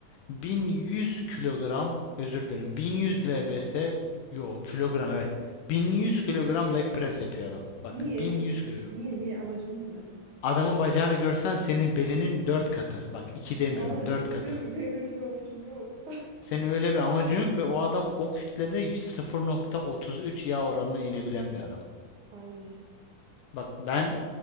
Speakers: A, on the left; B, on the right.
A: 1100 kilogram özür dilerim 1100 lbs yo kilogram evet 1100 kilogram
B: Çüş.
A: leg press yapıyor adam. Bak
B: Niye?
A: 1100 kilogram.
B: Niye niye amacımız ne?
A: Adamın bacağını görsen senin belinin 4 katı. Bak 2 demiyorum
B: Ama istemiyor.
A: 4 katı.
B: Benim öyle bir amacım yok.
A: Senin öyle bir amacın yok ve o adam o kütlede 0.33 yağ oranına inebilen bir adam.
B: <laughs> Ay.
A: Bak ben